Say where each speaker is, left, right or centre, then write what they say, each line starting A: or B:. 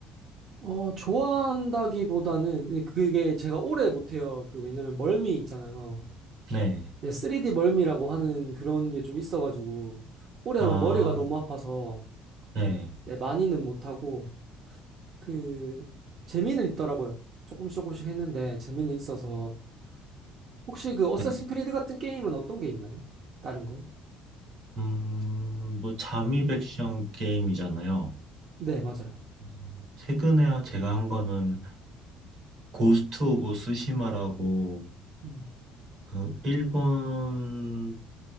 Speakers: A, on the right; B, on the right.
A: 어, 좋아한다기보다는 그게 제가 오래 못해요. 그 왜냐면 멀미 있잖아요.
B: 네.
A: 네, 3D 멀미라고 하는 그런 게 좀 있어가지고 오래
B: 아,
A: 하면 머리가 너무 아파서
B: 네.
A: 네, 많이는 못하고 그 재미는 있더라고요. 조금씩 조금씩 했는데 재미는 있어서 혹시 그 어쌔신
B: 네.
A: 크리드 같은 게임은 어떤 게 있나요? 다른 건?
B: 음, 뭐, 잠입 액션 게임이잖아요.
A: 네, 맞아요.
B: 음, 최근에 제가 한 거는 고스트 오브 스시마라고
A: 음,
B: 그 일본